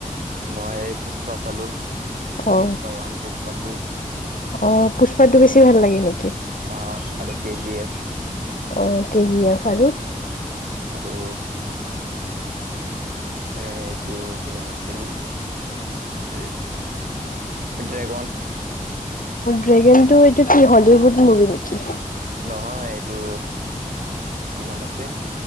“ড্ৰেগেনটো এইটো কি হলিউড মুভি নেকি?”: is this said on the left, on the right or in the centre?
Left